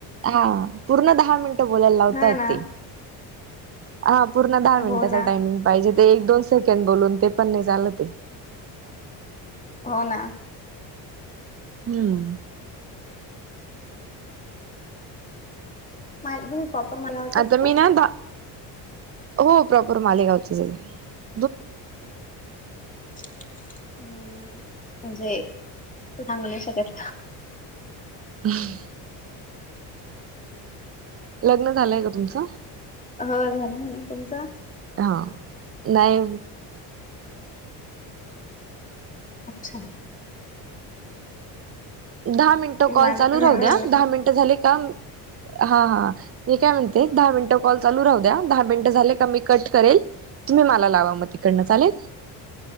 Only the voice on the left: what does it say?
हा ना.
हो ना
हो ना
माझे <unintelligible> प्रॉपर <unintelligible> काय
<inaudible> हम् म्हणजे असं सांगू नाही शकत
हो झालय ना तुमचं
अच्छा
माझं
झालंय